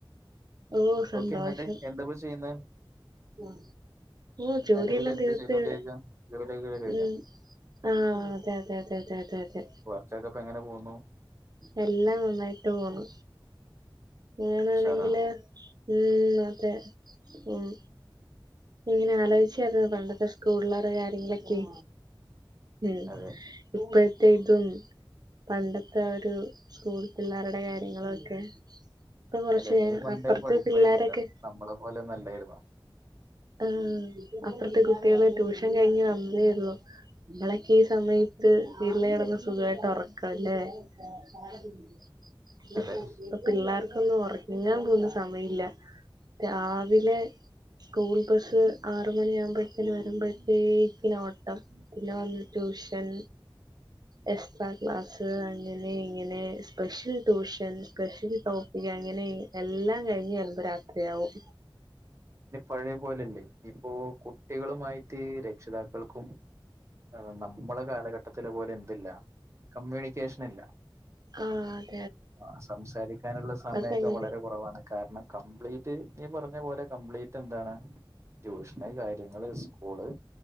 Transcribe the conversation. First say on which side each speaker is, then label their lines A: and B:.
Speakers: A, on the right; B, on the right.
A: ഓഹ് സന്തോഷം
B: ഓക്കെ എന്നിട്ട് എന്താപ്പ ചെയ്യുന്നെ
A: ആഹ് ഓഹ് ജോലിയെല്ലാം
B: നിലവിൽ എന്ത്
A: തീർത്ത്
B: ചെയ്തോണ്ടിരിക്കാ
A: ഇവിടെ
B: ജോലിയൊക്കെ കഴിഞ്ഞോ
A: ഉം ആഹ് അതെ അതെ അതെ അതെ അതെ അതെ
B: <unintelligible> എങ്ങനെ പോന്നു
A: എല്ലാം നന്നായിട്ട് പോണു ഞാനാണെങ്കില്
B: ഉഷാറാണ്
A: മ് അതെ മ് ഇങ്ങനെ ആലോചിച്ചാത് പണ്ടത്തെ സ്കൂളിലെ ഓരോ കാര്യങ്ങളൊക്കെ ഉം
B: അതെ
A: ഇപ്പഴത്തെ ഇതും പണ്ടത്തെ ഒരു സ്കൂൾ പിള്ളേരുടെ കാര്യങ്ങളൊക്കെ പ്പെ കൊറ്ച്ച്
B: അതെ നീ പണ്ടേ
A: അപ്പർത്തെ
B: പഠിപ്പായിരുന്നല്ലോ
A: പിള്ളേരൊക്കെ
B: നമ്മളെ പോലൊന്നുല്ലേര്ന്നു
A: ആഹ് അപ്പർത്തെ കുട്ട്യേള് ട്യൂഷൻ കഴിഞ്ഞ് വന്നേ ഒള്ളൂ. ഇങ്ങളക്കെ ഈ സമയത്ത് വീട്ടില് ഇടന്ന് സുഖവായിട്ട് ഒറക്കാല്ലെ <unintelligible> പിന്നിം
B: അതെ
A: <unintelligible> പിള്ളേർക്കൊന്നും ഒറങ്ങാൻപോലും സമയില്ല രാവിലെ സ്കൂൾ ബസ്സ് ആറുമണി ആവ്മ്പഴ് റ്റെല് വരുമ്പഴത്തേക്ക്ന് ഓട്ടം പിന്നെ വന്ന് ട്യൂഷൻ എസ്ട്രാ ക്ലാസ് അങ്ങനെ ഇങ്ങനെ സ്പെഷ്യൽ ട്യൂഷൻ സ്പെഷ്യൽ ട്ടൊ ഇയ്യ് അങ്ങനെ എല്ലാം കഴിഞ്ഞ് വരുമ്പം രാത്രിയാവും.
B: ഇനി പഴയ പോലല്ലേ ഇപ്പോ കുട്ടികളുമായിട്ട് രക്ഷിതാക്കൾക്കും ആ നമ്മള് കാലഘട്ടത്തില് പോലെ എന്തില്ല കമ്മ്യൂണിക്കേഷൻ ഇല്ല.
A: ആഹ
B: ആ സംസാരിക്കാനുള്ള സമയമൊക്കെ
A: ഭയങ്കര
B: വളരെ കുറവാണ് കാരണം കംപ്ലീറ്റ് നീ പറഞ്ഞ പോലെ കംപ്ലീറ്റ് എന്താണ്? ട്യൂഷന് കാര്യങ്ങള് സ്കൂള്